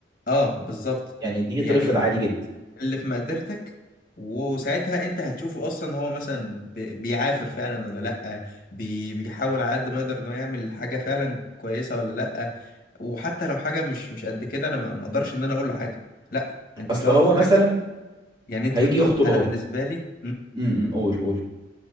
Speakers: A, on the left (about 50°); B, on the right (about 25°).
A: اه بالظبط
B: يعني دي
A: يعني
B: يترفض عادي جدا
A: اللي في مقدرتك وساعتها انت هتشوفه اصلا هو مثلا بي- بيعافر فعلا ولا لا بي... بيحاول على قد ما يقدر انه يعمل حاجة فعلا كويسة ولا لا وحتى لو حاجة مش مش قد كده انا ما ما اقدرش ان انا اقول له حاجة لا انت
B: اصل
A: في الاول
B: هو
A: في الاخر
B: مثلا
A: يعني انت
B: هيجي
A: انتوا
B: يخطب
A: انا
B: اهو
A: بالنسبة لي
B: امم قول قول